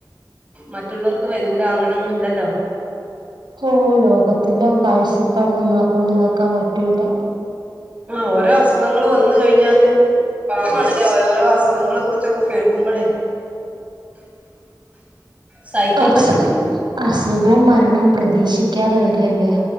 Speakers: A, on the right; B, on the right.
A: മറ്റുള്ളർക്ക് വരൂല അങ്ങനൊന്നും ഇല്ലല്ലോ
B: ഓഹ് ലോകത്തിന്റെ കാഴ്ചപ്പാട് നമ്മളെകൊണ്ട് ഇതാക്കാൻ പറ്റൂല
A: ആഹ് ഓരോ അസുഖങ്ങള് വന്ന് കഴിഞ്ഞാല് പാവാണല്ലോ ഒരോരോ അസുഖങ്ങളെ കുറിച്ചൊക്കെ കേൾക്കുമ്പഴേ
B: <inaudible>
A: സഹിക്കാൻ
B: അസു
A: പറ്റത്തില്ല
B: അസുഖോം മരണോം പ്രതീക്ഷിക്കാതെ വരികല്ലേ.